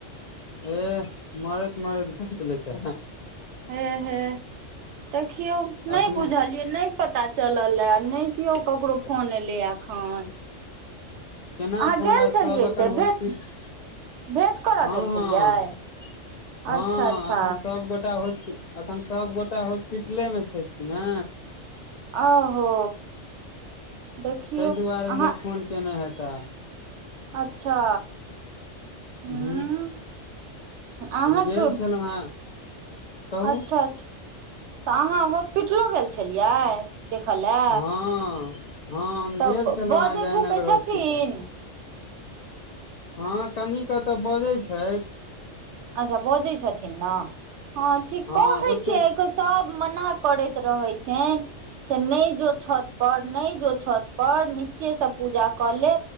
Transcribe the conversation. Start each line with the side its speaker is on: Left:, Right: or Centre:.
Left: ए मरैत मरैत बचलै त
Right: हे हे देखियौ नहि
Left: अखनो
Right: बुझलियै ने पता चलल एअ नैय किओ ककरो फोन एलै एखन
Left: केना
Right: अहाँ
Left: फोन
Right: गेल
Left: आयत
Right: छलियै
Left: सब एखन
Right: से
Left: हस्पिटल
Right: भेट भेँट करऽ
Left: हँ
Right: गेल
Left: हँ
Right: छलियै
Left: हँ
Right: अच्छा अच्छा
Left: एखन सब गोटे सबगोटा हॉस्पिट एखन सभगोटा हॉस्पिटले मे छैथ न
Right: ओहो देखियौ
Left: ताहि दुआरे
Right: अहाँ
Left: नहि फोन केने हेताह
Right: अच्छा हूँ
Left: ह
Right: अहाँके
Left: हम गेल छलहुँ ह कहू
Right: अच्छा अच्छा तऽ अहाँ हॉस्पिटलो गेल छलियै देख लए
Left: हँ हँ हम
Right: तऽ
Left: गेल छलहुँ
Right: बजै
Left: हेँ जयनगर
Right: भूकै छथिन
Left: हॉस्पिटल हँ तनि क तऽ बजैत छैथ
Right: अच्छा बजै छथिन न हँ ठीक
Left: हँ
Right: कहै
Left: ओते
Right: छियै के सभ मना करैत रहैत छैन से नै जो छत पर नै जो छत पर नीचे से पूजा कऽ ले